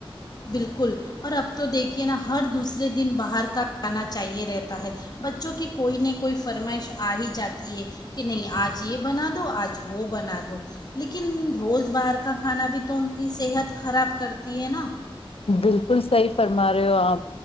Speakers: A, on the left; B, on the left.
A: بالکل اور اب تو دیکھیے نا ہر دوسرے دن باہر کا کھانا چاہیے رہتا ہے بچوں کی کوئی نہ کوئی فرمائش آ ہی جاتی ہے کہ نہیں آج یہ بنا دو آج وہ بنا دو لیکن روز باہر کا کھانا بھی تو ان کی صحت خراب کرتی ہے نا
B: بالکل صحی فرما رہے ہو آپ